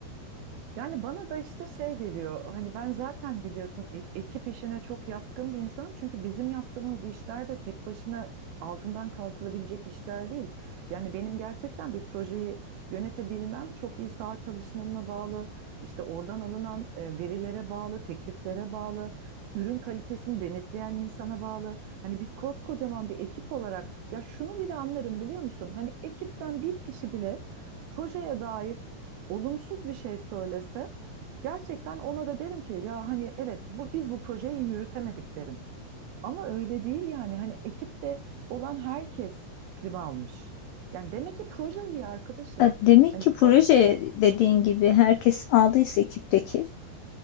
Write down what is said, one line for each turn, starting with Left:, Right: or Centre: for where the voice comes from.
Right: Yani bana da işte şey geliyor hani ben zaten biliyorsun e- ekip işine çok yatkın bir insanım çünkü bizim yaptığımız işler de tek başına altından kalkılabilecek işler değil. Yani benim gerçekten bir projeyi yönetebilmem çok iyi saha çalışmanına bağlı, işte oradan alınan e, verilere bağlı, tekliflere bağlı, ürün kalitesini denetleyen insana bağlı. Hani biz koskocaman bir ekip olarak ya şunu bile anlarım biliyor musun? Hani ekipten bir kişi bile projeye dair olumsuz bir şey söylese gerçekten ona da derim ki ya hani evet bu, biz bu projeyi iyi yürütemedik derim. Ama öyle değil yani hani ekipte olan herkes prim almış. Yani demek ki proje iyi arkadaşım.
Left: E, Demek
Right: Hani
Left: ki proje
Right: pro,
Left: dediğin gibi herkes aldıysa ekipteki